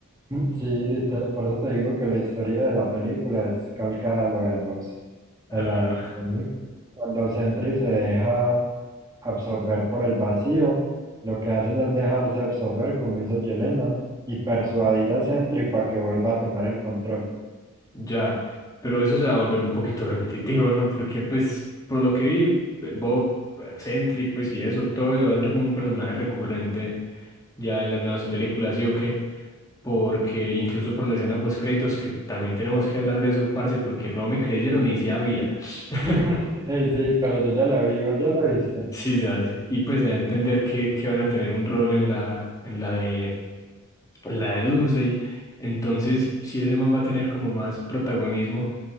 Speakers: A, on the right; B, on the left.
A: <laughs> Sí, literal, por eso te digo que la historia de la película es calcada a lo de los,
B: Ah,
A: a la de los cómics. Cuando Sentry se deja absorber por el vacío, lo que hacen es dejarse absorber como hizo Yelena y persuadir a Sentry para que vuelva a tomar el control.
B: Ya, pero eso se va a volver un poquito repetitivo, ¿no? Porque pues, por lo que vi, eh, Bob, eh, Sentry, pues y eso, todo eso va a ser como un personaje recurrente ya en las nuevas películas, ¿sí o qué? Porque incluso por la escena de post-créditos, que también tenemos que hablar de eso, parce, porque no me creyeron y sí había. <laughs>
A: <laughs> Ey, sí, pero yo ya la vi, vos ya la viste.
B: Sí, ¿sabes? Y pues a entender que, que van a tener un rol en la, en la de, en la de Doomsday. Entonces, si ese man va a tener como más protagonismo